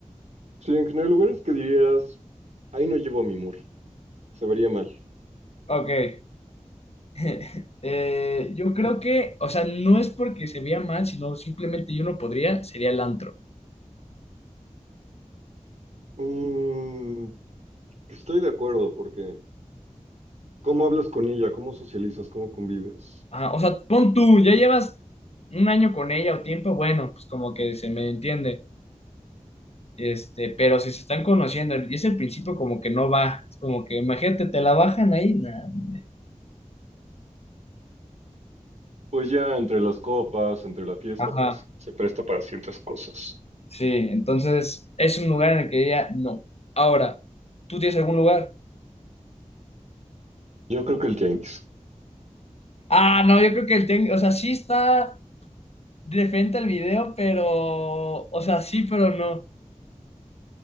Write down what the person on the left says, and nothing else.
Ok. <laughs> Eh, yo creo que, o sea, no es porque se vea mal, sino simplemente yo no podría, sería el antro.
Ajá, o sea, pon tú, ya llevas un año con ella o tiempo, bueno, pues como que se me entiende, este, pero si se están conociendo y es el principio como que no va, es como que imagínate, te la bajan ahí, nah, hombre.
Ajá,
sí, entonces es un lugar en el que diría no. Ahora, ¿tú tienes algún lugar?
Ah, no, yo creo que el técnico, o sea, sí está de frente al video, pero, o sea, sí, pero no.